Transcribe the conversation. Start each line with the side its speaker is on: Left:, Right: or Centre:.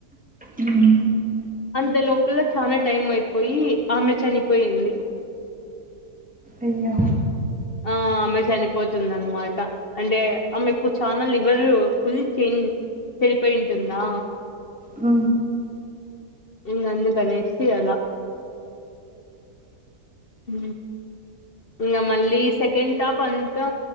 Centre: ఉమ్
Left: అంత లోపల చానా టైం అయిపోయి ఆమె చనిపోయింది
Centre: అయ్యో
Left: ఆ అమె చనిపోతుంది అనమాట అంటే ఆ మీకు చాలా లివర్ ఫుల్ చేంజ్ చెరిపోయింటుందా
Centre: ఊ
Left: ఇంగ అందుకు అనేసి అలా ఊ ఇంకా మళ్ళీ సెకండ్ టాప్ అంతా